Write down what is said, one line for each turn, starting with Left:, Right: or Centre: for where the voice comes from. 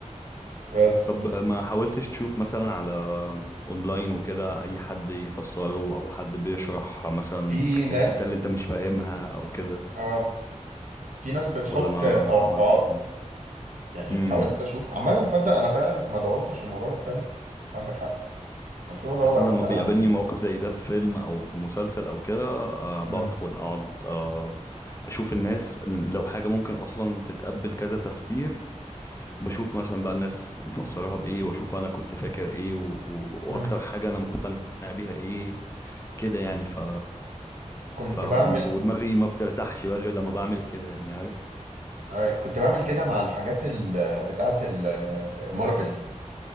Right: <laughs> بس
Left: طب ما حاولتش تشوف مثلا على اونلاين وكده اي حد يفسره او حد بيشرح مثلا
Right: في ناس
Left: الحته اللي انت مش فاهمها او كده
Right: اه في ناس بتحط
Left: ولا ما
Right: توقعات
Left: عملتش
Right: يعني
Left: امم
Right: حاولت اشوف عامه تصدق انا فعلا ما دورتش في الموضوع ده كفايه أنت عندك حق كان المفروض ادور
Left: اصلا
Right: اكتر
Left: لما بيقابلني
Right: عن
Left: موقف زي ده في فيلم او في مسلسل او كده أه بدخل
Right: مم.
Left: اقعد أه اشوف الناس لو حاجه ممكن اصلا تتقبل كذا تفسير بشوف مثلا بقى الناس مفسراها بايه واشوف انا كنت فاكر ايه و... و... واكتر
Right: مم.
Left: حاجه انا مقتنع بيها ايه كده يعني ف
Right: كنت
Left: ف
Right: بعمل
Left: ودماغي ما بترتاحش بقى غير لما بعمل كده يعني عارف
Right: آه، كنت بعمل كده مع الحاجات ال... بتاعه ال... مارفل